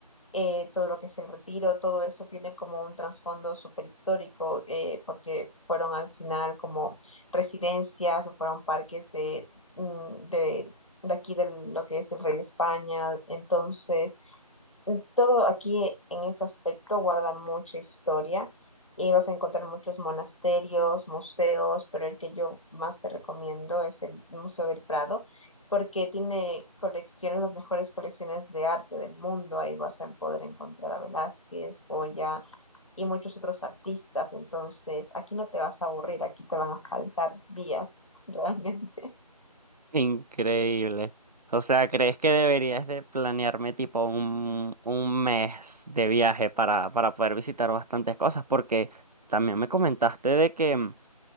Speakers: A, on the left; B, on the right.
A: eh, todo lo que es el retiro, todo eso tiene como un trasfondo súper histórico, eh, porque fueron al final como residencias o fueron parques de, mm, de, de aquí de lo que es el rey de España. Entonces, mm, Todo aquí en ese aspecto guarda mucha historia y vas a encontrar muchos monasterios, museos, pero el que yo más te recomiendo es el Museo del Prado, porque tiene colecciones, las mejores colecciones de arte del mundo. Ahí vas a poder encontrar a Velázquez, Goya y muchos otros artistas. Entonces, aquí no te vas a aburrir, aquí te van a faltar vías <laughs> realmente.
B: Increíble. O sea, ¿crees que deberías de planearme tipo un, un mes de viaje para, para poder visitar bastantes cosas? Porque también me comentaste de que mm,